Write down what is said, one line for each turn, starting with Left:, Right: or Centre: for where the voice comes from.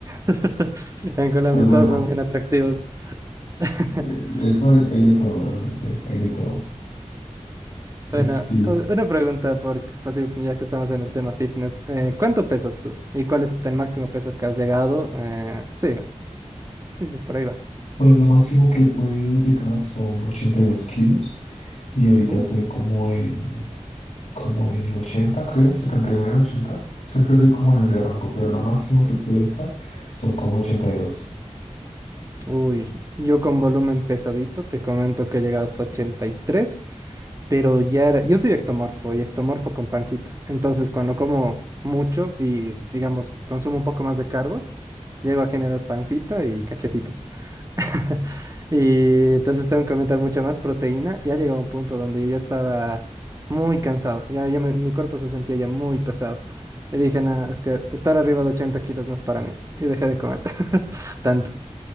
Right: <laughs> en Colombia
Left: Pues bueno,
Right: todos son bien atractivos. <laughs>
Left: eh, eso hay hay de todo realmente, hay de todo. Eso
Right: Bueno,
Left: sí,
Right: u- una pregunta, por, pues sí, ya que estamos en el tema fitness, eh, ¿cuánto pesas tú? ¿Y cuál es el máximo peso que has llegado? Eh, sí, sí, sí, por ahí va.
Left: pues lo máximo que he podido llegar son 82 kilos y ahorita
Right: Uh,
Left: estoy como en, como en el 80, creo, setenta y nueve ochenta Siempre estoy como en ese rango, pero lo máximo que he podido estar son como 82.
Right: Uy, yo con volumen pesadito te comento que he llegado hasta 83, pero ya era, yo soy ectomorfo y ectomorfo con pancita, entonces cuando como mucho y digamos consumo un poco más de carbos, llego a generar pancita y cachetito. <laughs> Y entonces tengo que aumentar mucha más proteína. Y ha llegado un punto donde yo ya estaba muy cansado. Ya, ya me- mi cuerpo se sentía ya muy pesado. Y dije, nada, es que estar arriba de 80 kilos no es para mí. Y dejé de comer <laughs> tanto.